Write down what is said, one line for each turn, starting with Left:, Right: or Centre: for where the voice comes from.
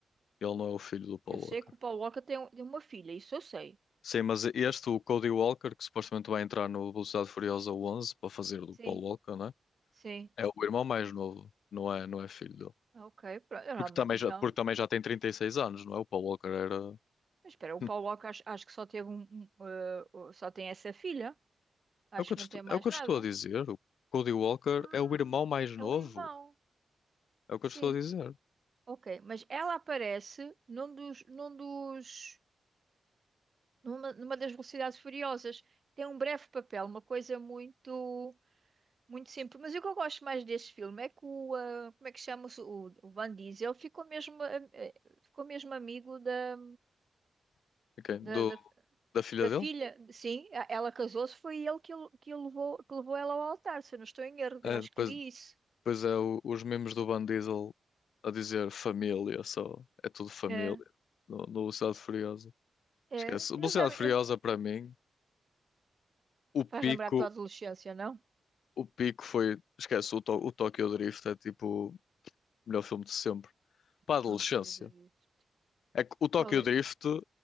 Left: Ele não é o filho do Paul
Right: Eu sei
Left: Walker.
Right: que o Paul Walker tem, um- tem uma filha, isso eu sei.
Left: Sim, mas este, o Cody Walker, que supostamente vai entrar no Velocidade Furiosa 11 para fazer do
Right: Sim,
Left: Paul Walker, né?
Right: sim.
Left: É o irmão mais novo. Não é, não é filho dele.
Right: Ok, pronto. Realmente,
Left: Porque também
Right: então.
Left: já, porque também já tem 36 anos, não é? O Paul Walker era.
Right: Mas espera, o Paulo
Left: <laughs>
Right: Walker acho, acho que só teve um, um, eh, o- só tem essa filha. Acho
Left: É o que eu
Right: que
Left: te
Right: não
Left: estou,
Right: tem mais
Left: é o que
Right: nada.
Left: eu te estou a dizer. O Cody Walker
Right: Ah,
Left: é o irmão mais
Right: é
Left: novo.
Right: o irmão.
Left: É o que
Right: Sim.
Left: eu te estou a dizer.
Right: Ok, mas ela aparece num dos, num dos, numa, numa das Velocidades Furiosas. Tem um breve papel, uma coisa muito, muito simples. Mas o que eu gosto mais desse filme é que o, eh, como é que chama-se? O, o Van Diesel ficou mesmo, eh, eh, ficou mesmo amigo da,
Left: Ok, Do,
Right: da, da
Left: da filha
Right: Da filha,
Left: dele?
Right: sim, a- ela casou-se, foi ele que, o- que, o levou, que levou ela ao altar, se eu não estou em erro,
Left: É,
Right: eu acho
Left: depois,
Right: que li isso.
Left: Pois é, o- os memes do Van Diesel a dizer família só. É tudo família.
Right: É,
Left: No, no Velocidade Furiosa.
Right: é.
Left: Esquece. Velocidade
Right: Eles devem,
Left: Furiosa
Right: eles...
Left: para mim, o pico,
Right: Faz lembrar a tua adolescência, não?
Left: o pico foi. Esquece, o, To- o Tokyo Drift é tipo o melhor filme de sempre. Para a adolescência.
Right: Tóquio da Drift.
Left: É que o Tokyo
Right: Qual é?
Left: Drift